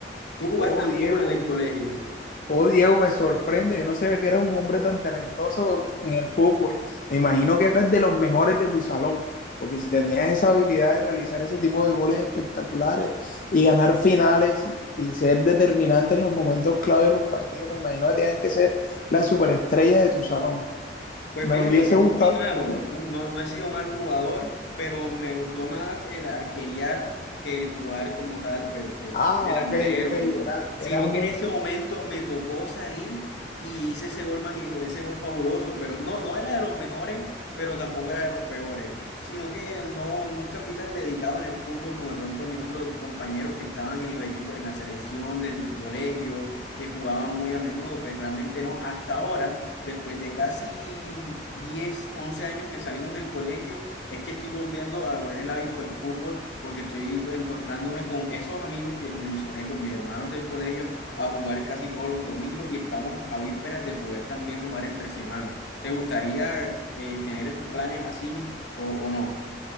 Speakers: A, on the left; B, on the left.
A: ¿Tú jugaste
B: Oh,
A: al
B: Diego,
A: fútbol en el colegio?
B: Oh, Diego, me sorprende. Yo no sabía que eras un hombre tan talentoso en el fútbol. Me imagino que eras de los mejores de tu salón, porque si tenías esa habilidad de realizar ese tipo de goles espectaculares y ganar finales y, y ser determinante en los momentos clave de los partidos, me imagino que tenías que ser la superestrella de tu salón.
A: Pues
B: Me
A: fíjate,
B: hubiese
A: no
B: gustado.
A: fui malo,
B: ¿no?
A: no, no, no he sido mal jugador, pero me gustó más el arquerear que el jugar como tal, pues que el
B: Ah,
A: ser delantero,
B: ok, ok. Era,
A: o- o- sino
B: eras un,
A: que en ese momento me tocó salir y hice ese gol, más ese gol fabuloso, pero no, no era de los mejores, pero tampoco era de los peores, sino que no, nunca fui tan dedicado en el fútbol como de pronto mis otros compañeros que estaban en los equipos, en la selección del colegio, que jugaban muy a menudo, pues realmente no, hasta ahora. Después de casi 10 11 años que salimos del colegio, es que estoy volviendo a coger el hábito del fútbol porque estoy encontrándome con esos amigos que te mencioné, con mis hermanos del colegio, a jugar casi todos los domingos y estamos a vísperas de poder también jugar entre semanas. ¿Te gustaría eh, tener esos planes así o, o no?